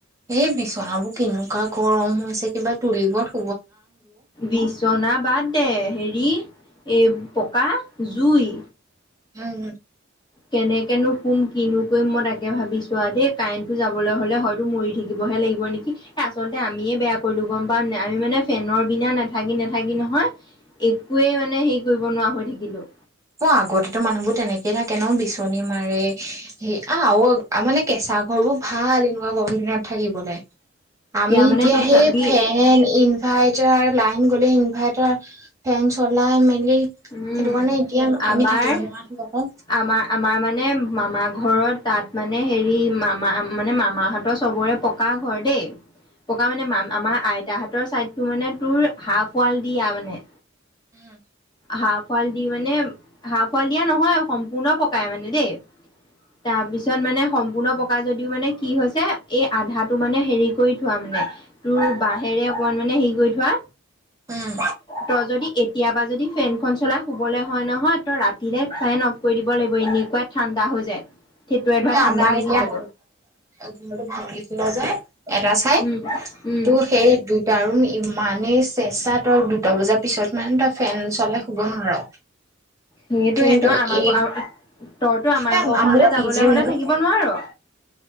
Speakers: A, on the right; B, on the left.
A: এই বিচনাবোৰ কেনেকুৱা গৰম হৈছে কিবা তুলিবোৰত
B: বিচনা বাদ দে হেৰি এই পকা জুই
A: উম।
B: কেনেকেনো শুম কিনো কৰিম মই তাকে ভাবিছোঁ আৰু দেই কাৰেণ্টটো যাবলে হলে হয়তো মৰি থাকিবহে লাগিব নেকি আচলতে আমিয়ে বেয়া কৰিলোঁ গম পাওঁ নে নাই আমি মানে ফেনৰ বিনা নেথাকি নেথাকি নহয় একোৱেই মানে হেৰি কৰিব নোৱাৰা হৈ থাকিলোঁ।
A: অ আগতেতো মানুহবোৰ তেনেকেই থাকে ন বিচনী মাৰে সেই আ আগৰ মানে কেঁচা পাকঘৰ বোৰ ভাল এনেকুৱা গৰম দিনত থাকিবলে। আমি
B: মানে
A: এতিয়া
B: তোক
A: সেই
B: চাবি
A: ফেন ইনভাইৰ্টাৰ লাইন গলে ইনভাৰ্টাৰ ফেন চলাই মেলি
B: উম,
A: সেইটো কাৰণে এতিয়া আমি
B: আমাৰ
A: থাকিব নোৱাৰা হলো
B: -
A: আকৌ
B: আমাৰ - আমাৰ মানে মামা ঘৰত তাত মানে হেৰি মামা মানে মামাহঁতৰ চবৰে পকা ঘৰ দেই ককা মানে মা আমাৰ আইতা হঁতৰ চাইদটো মানে তোৰ হাফ ৱাল দিয়া মানে।
A: উম।
B: হাঁফ ৱাল দি মানে, হাঁফ ফাল দিয়া নহয় সম্পূৰ্ণ পকাই মানে দেই। তাৰপিছত মানে সম্পূৰ্ণ পকা যদিও মানে কি হৈছে এই আধাটো মানে হেৰি কৰি থোৱা মানে তোৰ বাঁহে হেৰে অকমান মানে হেৰি কৰি থোৱা,
A: উম
B: তোৰ তই যি এতিয়াৰ পৰা যদি ফেন শুবলৈ হয় নহয় ত ৰাতিলে ফেন অফ কৰি দিব লাগিব এনেকুৱা ঠাণ্ডা হৈ যায়। থিতুৱাই ধৰা
A: এই
B: ঠাণ্ডা
A: আমাৰ
B: লাগি
A: এতিয়া
B: যাব
A: <unintelligible> ভাঙি পেলোৱা যায় এটা চাইদ
B: উম
A: ত'
B: উম
A: সেই দুটা আৰু <unintelligible> ইমানেই চেঁচা তই দুটা বজাৰ পিছত মানে তই ফেন চলাই শুব নোৱাৰ।
B: সেইটোহ
A: কিন্তু
B: তই আমাৰ
A: এই
B: ঘ তইতো আমাৰ
A: এ
B: ঘৰখনলে
A: মোৰ পি
B: যাব
A: জি
B: লে
A: ৰুমটো
B: হলে থাকিব নোৱাৰো।